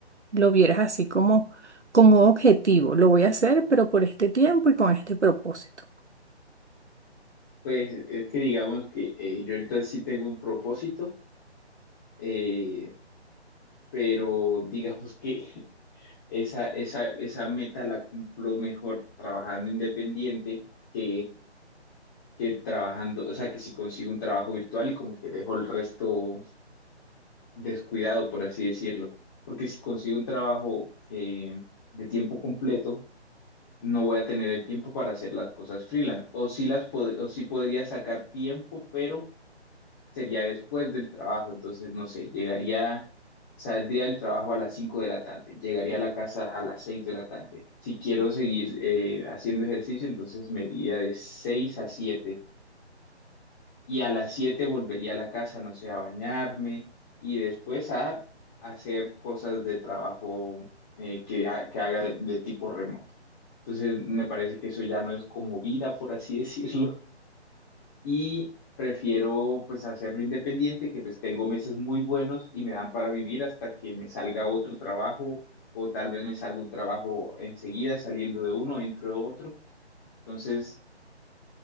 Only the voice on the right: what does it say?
lo vieras así como, como objetivo. Lo voy a hacer, pero por este tiempo y con este propósito.